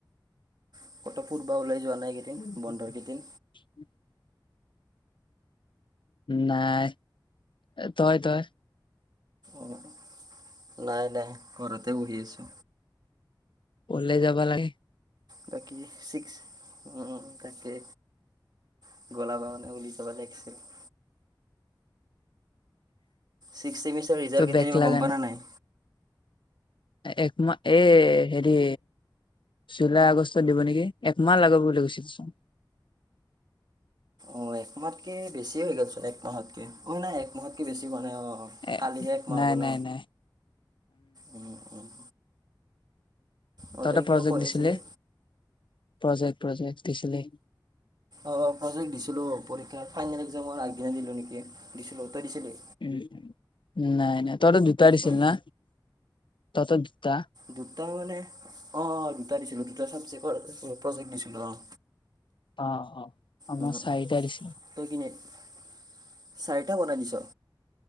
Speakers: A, on the right; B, on the left.
A: <unintelligible> ওলাই যোৱা নাই এইকেইদিন
B: উম
A: বন্ধৰ
B: হ
A: কেইদিন
B: <unintelligible> নাই, তই তই?
A: অ' নাই নাই ঘৰতে বহি আছো।
B: ওলাই যাবা লাগে।
A: বাকী ছিক্স, উম, তাকে। <unintelligible> ছিক্স ছেমিষ্টাৰ ৰিজাল্ট
B: তই
A: কেতিয়া
B: বেক
A: দিব
B: লাগা
A: গম পালা নাই?
B: এক মা, এ হেৰি। জুলাই আগষ্টত দিব নেকি? একমাহ লাগাব বুলি কৈছিলচোন।
A: অ এক মাহতকে বেছি হৈ গ'ল চোন এক মাহতকে, অ নাই এক মাহতকে বেছি হোৱা নাই অ।
B: এ
A: কালি হে একমাহ
B: নাই
A: হব ন?
B: নাই নাই
A: উম' উম'। অঁ
B: তহতে
A: তই কিবা
B: প্ৰজেক্ট
A: কৈ
B: দিছিলে?
A: আছিলি
B: প্ৰজেক্ট প্ৰজেক্ট দিছিলে।
A: অ' অ' প্ৰজেক্ট দিছিলো পৰীক্ষাৰ ফাইনেল এক্জামৰ আগদিনা দিলো নেকি দিছিলো। তই দিছিলি?
B: উম' নাই নাই, তহতো দুটা দিছিল
A: হুম?
B: না? তহতো দুটা।
A: দুটা মানে, অঁ অঁ দুটা দিছিলোঁ দুটা ছাবজেক্টৰ প্ৰজেক্ট দিছিলোঁ অঁ।
B: অ' অ' আমাৰ
A: উম, উম।
B: চাৰিটা দিছিল।
A: <unintelligible> চাৰিটা বনাই দিছ?